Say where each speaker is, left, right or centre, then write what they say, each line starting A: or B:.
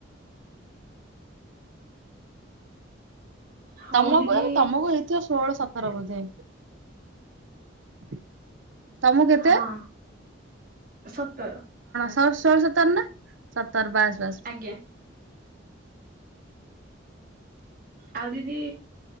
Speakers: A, on the right (about 45°); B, on the right (about 75°).
A: ହଉ
B: ତମକୁ
A: ଦିଦି
B: ଏବେ ତମକୁ ହେଇଥିବ ଷୋହଳ ସତର ବୋଧେ। <inaudible> ତମକୁ କେତେ?
A: ହଁ ସତର।
B: ସଷୋଳ ସତର ନା। ସତର ବାସ୍ ବାସ୍।
A: ଆଜ୍ଞା। ଆଉ ଦିଦି